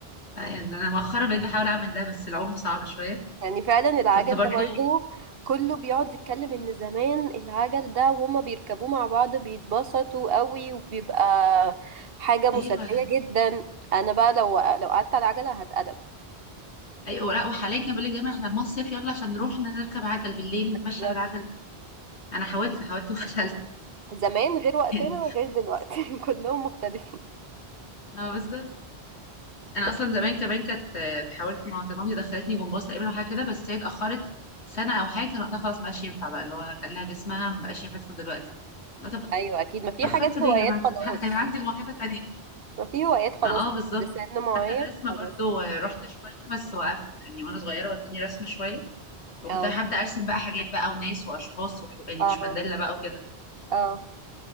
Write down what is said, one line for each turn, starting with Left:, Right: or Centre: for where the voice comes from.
Left: يعني انا مؤخرا بقيت بحاول اعمل ده بس العوم صعب شوية
Right: يعني فعلا العجل
Left: كنت برضه
Right: ده برضه كله بيقعد يتكلم ان زمان العجل ده وهما بيركبوه مع بعض بيتبسطوا قوي وبيبقى حاجة مسلية
Left: ايوه
Right: جدا انا بقى لو لو قعدت على العجلة هتقلب
Left: ايوه لا وحاليا كان بيقول لك دايما احنا المصيف يلا عشان نروح نركب عجل بالليل
Right: بالظبط
Left: نتمشى بالعجل انا حاولت حاولت وفشلت
Right: زمان غير وقتنا
Left: <laughs> تاني
Right: وغير دلوقتي <laughs> كلهم مختلفين
Left: اه بالظبط انا اصلا زمان كمان كانت آه، حاولت ما كانت مامتي دخلتني جمباز تقريبا او حاجه كده بس هي اتاخرت سنه او حاجه كان وقتها خلاص ما بقاش ينفع بقى اللي هو قال لها جسمها ما بقاش ينفع تدخل دلوقتي لا طب
Right: ايوه اكيد ما في
Left: اتاخرتوا
Right: حاجات
Left: ليه
Right: هوايات
Left: يا جماعه
Right: خلاص
Left: كنت ه- كان عندي موهبه تانية
Right: ما في هوايات خلاص
Left: ما اه بالظبط
Right: ده سن معين
Left: حتى الرسمه
Right: خلاص
Left: برضو آه، رحت شويه بس وقفت يعني وانا صغيره ودوني رسم شويه وكنت
Right: اه
Left: هبدا ارسم بقى حاجات بقى وناس واشخاص وح... يعني
Right: اه
Left: مش مانديلا بقى وكده
Right: اه